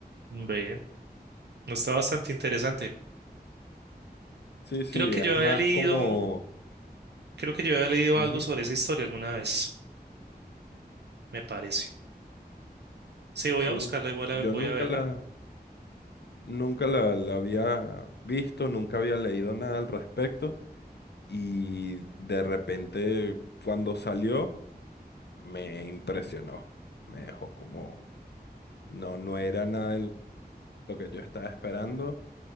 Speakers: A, on the right; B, on the left.
A: ve, está bastante interesante.
B: Sí, sí,
A: Creo que
B: es
A: yo
B: más
A: había leído,
B: como...
A: creo que yo había leído
B: ujú,
A: algo sobre esa historia alguna vez, me parece. Sí, voy
B: sí,
A: a buscarla y voy a,
B: yo
A: voy
B: nunca
A: a verla.
B: la, nunca la, la había visto, nunca había leído nada al respecto y de repente cuando salió me impresionó, me dejó como... No, no era nada de lo que yo estaba esperando